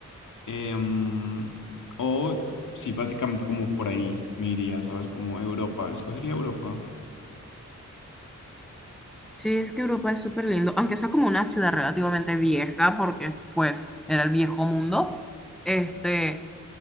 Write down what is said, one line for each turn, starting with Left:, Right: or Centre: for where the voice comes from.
Left: Em, o sí, básicamente como por ahí me iría, ¿sabes? Como Europa, escogería Europa.
Centre: Sí, es que Europa es súper lindo, aunque sea como una ciudad relativamente vieja, porque pues era el viejo mundo, este,